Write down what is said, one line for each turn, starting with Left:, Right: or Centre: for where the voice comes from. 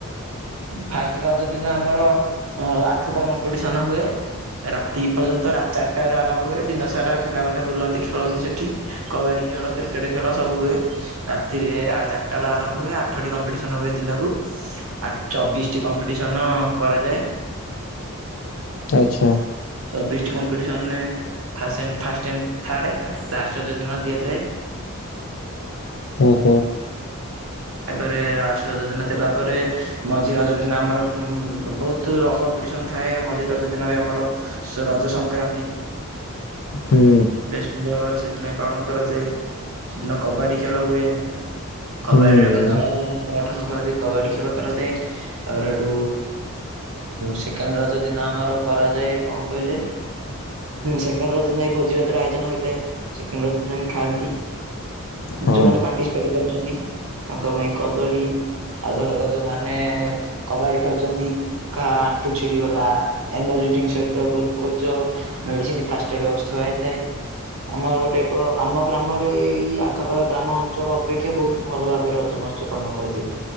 Right: ଫାଷ୍ଟ ରଜ ଦିନ ଆମର ଆଠଟା କମ୍ପିଟିସନ୍ ହୁଏ ରାତି ପର୍ଯ୍ୟନ୍ତ ଚାରିଟାରୁ ଆରମ୍ଭ ହୁଏ ଦିନସାରା ପିଲାମାନେ ବୁଲନ୍ତି ଖେଳନ୍ତି ସେଠି କବାଡ଼ି ଖେଳ କ୍ରିକେଟ୍ ଖେଳ ସବୁ ହୁଏ ରାତିରେ ଚଟ ପାଟା ବେଳ ଆରମ୍ଭ ହୁଏ ଆଠଟି କମ୍ପିଟିସନ୍ ହୁଏ ଦିନକୁ ଆ ଚବିଶଟି କମ୍ପିଟିସନ୍ କରାଯାଏ।
Left: ଆଚ୍ଛା।
Right: ବିସ୍ କମ୍ପିଟିସନେ ଫା ଫାଷ୍ଟଣ୍ଡ ଥାର୍ଡ଼ ଲାଷ୍ଟ ଯନ ଦିଆଯାଏ।
Left: ଓ ହୋ।
Right: ତାପରେ ଲଷ୍ଟ ରଜ ଦିନ ଦେଲା ପରେ ମଝି ରଜ ଦିନ ଆମର ବହୁତ କମ୍ପିଟିସନ ଥାଏ ମଝି ରଜ ଦିନ ବି ଆମର ରଜ ସଂକ୍ରାନ୍ତି।
Left: ହୁଁ
Right: ବେଶ ଭଲ ବପାର ସେ ସେିନାଇ ପାଳନ କରାଯାଏ ସେଦିନ କବାଡ଼ି ଖେଳ ହୁଏ। କବାଡ଼ିରେ
Left: ହୁଁ।
Right: <unintelligible> କରାଯାଏ କବାଡ଼ି ଖେଳ କରାଯାଏ ତାପରେ ଏଠୁ ସେକେଣ୍ଡ ରଜ ଦିନ ଆମର କରାଯାଏ କଣ କହିଲେ ସେକେଣ୍ଡ ରଜିନ ଭୋଜିଭାତ୍ରର ଆୟୋଜନ ହୋଇଥାଏ ସେକେଣ୍ଡ ରଜ ଦିନ ବି ଖାଆନ୍ତି।
Left: ହଁ
Right: ଯୋଉମାନେ ପାର୍ଟିସିପେଟ କରୁଛନ୍ତି। ତାଙ୍କ ପାଇଁ କଦଳୀ ଆଉ ଧରକାର ଯେଉଁମାନେ କବାଡ଼ି ଖେଳୁଛନ୍ତି କାହା ଆଣ୍ଠୁ ଛିଡ଼ିଗଲା ଏନର୍ଜି ଡ୍ରିଙ୍କ ସହିତ glucose medicine first aid box ଥୁଆ ହୋଇଇଥାଏ ଆମର ଗୋଟେ ଏକ ଆମ ଗ୍ରାମରେ ଏ ଆଖପାଖ ଗ୍ରାମ ଅଞ୍ଚଳ ଅପେକ୍ଷା ବହୁତ ଭଲ ଭାବ ର ପାଳନ କରାଯ